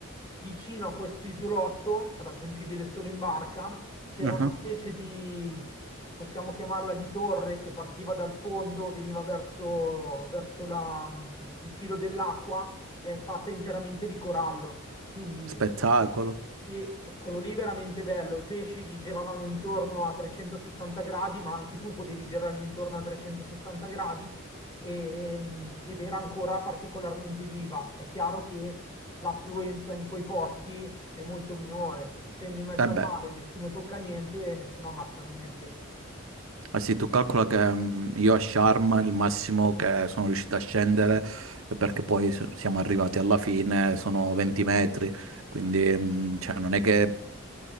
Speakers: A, on the left (about 20°); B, on the right (about 75°).
A: vicino a questo isolotto, raggiungibile solo in barca, c'era
B: uh-huh.
A: una specie di, possiamo chiamarla di torre, che partiva dal fondo, veniva verso, verso la- mm, il filo dell'acqua, è fatta interamente di corallo. Quindi
B: Spettacolo.
A: sì, quello lì veramente bello, i pesci gli giravano intorno a 360 gradi, ma anche tu potevi girargli intorno a 360 gradi e- ehm, ed era ancora particolarmente viva. È chiaro che l'affluenza in quei posti è molto minore, essendo in mezzo
B: E
A: al
B: beh,
A: mare, nessuno tocca niente e nessuno ammazza niente.
B: eh sì, tu calcola che mm, io a Sharm il massimo che sono riuscito a scendere, eh, perché poi s- siamo arrivati alla fine, sono 20 metri, quindi mm, cioè, non è che